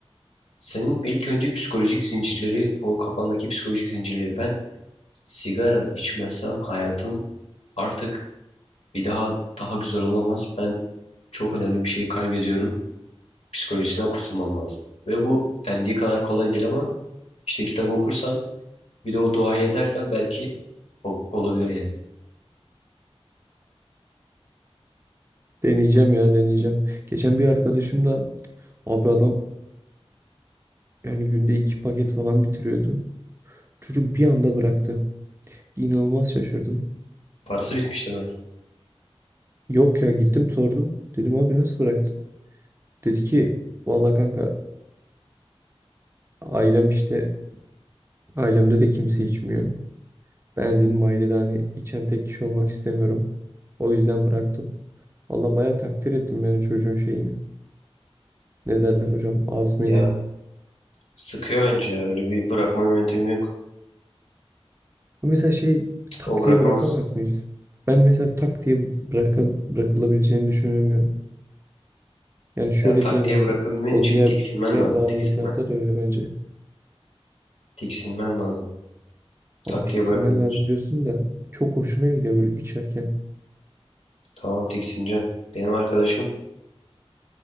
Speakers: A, on the left; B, on the right.
A: Senin ilk önce psikolojik zincirleri o kafandaki psikolojik zincirleri ben sigara içmezsem hayatım artık bir daha daha güzel olamaz. Ben çok önemli bir şeyi kaybediyorum. Psikolojisinden kurtulman lazım. Ve bu dendiği kadar kolay değil ama işte kitabı okursan Bir de o duayı edersen belki o, olabilir yani.
B: Deneyeceğim ya deneyeceğim. Geçen bir arkadaşımla abi adam yani günde iki paket falan bitiriyordu. Çocuk bir anda bıraktı. İnanılmaz şaşırdım.
A: Parası bitmiştir belki.
B: Yok ya gittim sordum. Dedim abi nasıl bıraktın? Dedi ki valla kanka ailem işte ailemde de kimse içmiyor. Ben dedim ailede hani içen tek kişi olmak istemiyorum. O yüzden bıraktım. Valla baya takdir ettim yani çocuğun şeyini. Ne derler hocam? Azmini.
A: Ya sıkıyor bence ya. Öyle bir bırakma yöntemi yok.
B: Bu mesela şey
A: Cık,
B: tak
A: O bırakamaz.
B: diye bırakamaz mıyız? Ben mesela tak diye bırakıl bırakılabileceğini düşünemiyorum. Yani şöyle
A: Ya tak
B: diyemezsin.
A: diye bırakabilmen
B: O
A: için
B: diğer
A: tiksinmen
B: diğer
A: lazım.
B: bağımlılıklarda
A: Tiksinmen.
B: da öyle bence.
A: Tiksinmen lazım.
B: Abi
A: Tak
B: tiksinmen
A: diye bırakamıyorsun.
B: lazım diyorsun da çok hoşuna gidiyor böyle içerken.
A: Tamam tiksineceksin. Benim arkadaşım